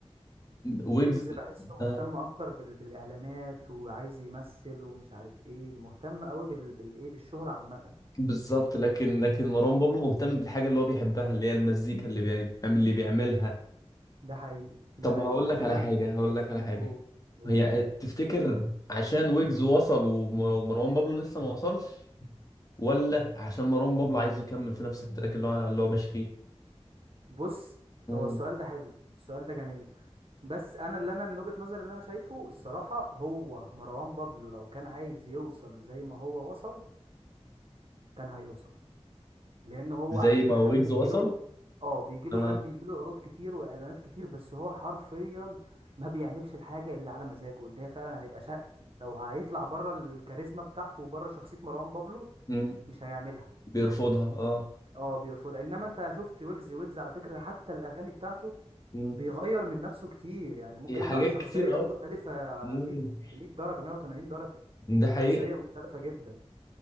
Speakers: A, on the left; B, on the right.
A: ويجز
B: ويجز بحسه مهتم
A: آه.
B: اكتر بال... بالاعلانات وعايز يمثل ومش عارف ايه مهتم قوي بال... بالايه بالشهرة عامة
A: بالظبط لكن لكن مروان بابلو مهتم بالحاجه اللي هو بيحبها اللي هي المزيكا اللي بيعمل اللي بيعملها
B: ده حقيقي ده
A: طب
B: حقيقي
A: هقول
B: الحاجة
A: لك على
B: فعلا
A: حاجه
B: اللي بيحبها
A: هقول لك على حاجه
B: قول قول
A: هي
B: يا معلم
A: تفتكر عشان ويجز وصل وم- ومروان بابلو لسه ما وصلش ولا عشان مروان بابلو عايز يكمل في نفس التراك اللي هو اللي هو ماشي فيه
B: بص
A: مم.
B: هو السؤال ده حلو السؤال ده جميل بس انا اللي انا من وجهة نظري اللي انا شايفه الصراحة هو مروان بابلو لو كان عايز يوصل زي ما هو وصل كان هيوصل لان هو
A: زي
B: على فكره
A: ما ويجز
B: كان بيجيله
A: وصل
B: اه بيجيله
A: اه
B: كان بيجيله عروض كتير واعلانات كتير بس هو حرفيا ما بيعملش الحاجه اللي على مزاجه اللي هي فعلا هتبقى شق لو هيطلع بره الكاريزما بتاعته وبره شخصيه مروان بابلو
A: مم.
B: مش هيعملها
A: بيرفضها اه
B: اه بيرفضها انما انت شفت ويجز ويجز على فكره حتى الاغاني بتاعته
A: مم.
B: بيغير من نفسه كتير يعني ممكن
A: حاجات
B: يطلع بشخصيه
A: كتير قوي
B: مختلفه
A: مم.
B: 100 100 درجه 180 درجه
A: ده حقيقة
B: شخصيه مختلفه جدا